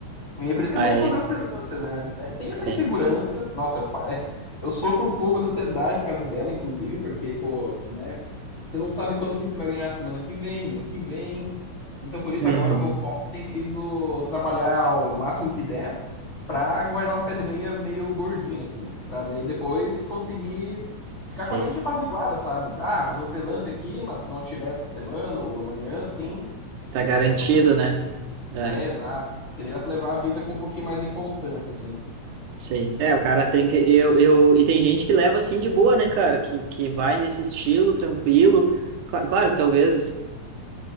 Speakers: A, on the left; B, on the right.
A: E aí por isso que
B: Aí,
A: é bom fazer o freelancer né? É, tem
B: sim.
A: essa insegurança. Nossa, eu, pa- <laughs> eu sofro um pouco de ansiedade por causa dela, inclusive, porque, pô, né? Você não sabe quanto que você vai ganhar semana que vem, mês que vem. Então por isso
B: Uhum.
A: agora o meu foco tem sido trabalhar o máximo que der pra guardar um pé de meia meio gordinho, assim. Pra daí depois conseguir ficar
B: Sim.
A: com a mente apaziguada, sabe? Ah, fazer um freelance aqui, mas se não tiver essa semana ou amanhã, sim,
B: Tá
A: é,
B: garantido,
A: eu tô tranquilo.
B: né? É,
A: É, exato. Porque daí dá pra levar a vida com um pouquinho mais de constância, assim.
B: sim. É, o cara tem que. Eu, eu, e tem gente que leva assim de boa, né, cara? Que, que vai nesse estilo tranquilo. Cla- claro que talvez